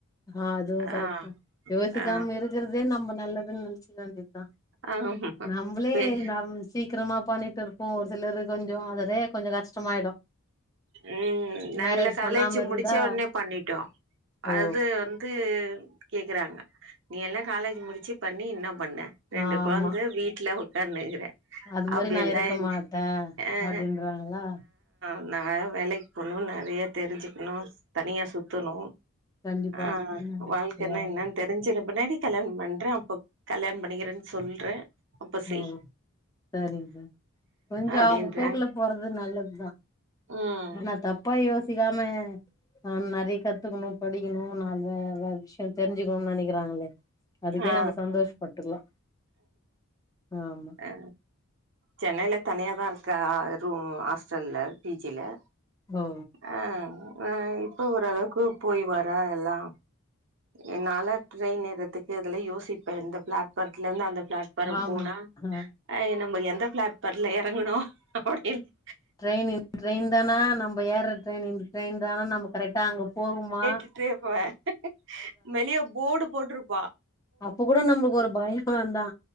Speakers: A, on the left; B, on the right.
A: ஆ அதுவு கரெக்ட்தா
B: ஆ
A: யோசிக்காம
B: ஆ
A: இருக்கறதே நம்ம நல்லதுன்னு நெனச் கிற வேண்டிதா
B: ஆமா
A: நம்மளே
B: பெரிய
A: நம்ம சீக்கிரமா பண்ணிட்டுருப்போ ஒரு சிலர் கொஞ்சொ அதலே கொஞ்சொ கஷ்டமாயிடு
B: ம் நாங்கள்லா
A: மேரேஜ்
B: காலேஜு
A: பண்ணாம இருந்தா
B: முடிச்சோனே பண்ணிட்டோ
A: ஓ
B: அது வந் து கேக்குறாங்க நீ எல்லா காலேஜ் முடிச்சு பண்ணி இன்ன பண்ண ரெண்டு
A: ஆமா
B: கொழந்த வீட்டுல உக்காந்துருக்றே
A: அது மாரி
B: அப்டியல்ல
A: நா இருக்க
B: இல்
A: மாட்டே
B: அ
A: அப்டின்றாங்களா
B: அ நா நா வேலைக்கு போணு நெறைய தெரிஞ்சுக்கணு தனியா சுத்தணு
A: கண்டிப்பா
B: ஆ
A: என்ன
B: வாழ்க்கனா
A: சரி.
B: என்னனு தெரிஞ்சற பின்னாடி கல்யாணொ பண்றே அப்பப் கல்யாண பண்ணிக்கறேன்னு சொல்றே அப்ப செய்
A: ஓ சரிங்க கொஞ்சொ
B: அப்டின்றாங்க
A: அவங்க போக்குல போறது நல்லதுதா
B: ம்
A: ஆனா தப்பா யோசிக்காம ஆ நெறைய கத்துக்கணு படிக்கணு நாலு வெ வெ விஷ்யொ தெரிஞ்சுக்கணு நெனைக்கிறாங்களே அதுக்கே
B: ஆ
A: நம்ம சந்தோஷப்பட்டுக்கலா ஆமா
B: அ சென்னைல தனியாதா இருக்க ரூம் ஹாஸ்டல்ல டி ஜி ல
A: ஓ
B: ஆ ஆ இப்ப ஓரளவுக்கு போய் வரா எல்லா என்னால ட்ரெயின் ஏறத்துக்கு இதுலா யோசிப்பே எந்த பிளாட்ஃபாரத்துல இருந்து அந்த பிளாட்ஃபாரம்
A: ஆமா
B: போனா
A: ஆ
B: அ நம்ம எந்த பிளாட்ஃபார்ல எறங்கணு அப்புடின்னு
A: ட்ரெயின் <inaudible> ட்ரெயின் தானா நம்ப ஏற ட்ரெயின் இந்த ட்ரெயின் தானா நம்மொ கரெக்டா அங்க போவோமா
B: <unintelligible> வெளியே போடு போட்டுருக்
A: அப்போ கூட நம்மளுக்கு ஒரு பயொ ந்தா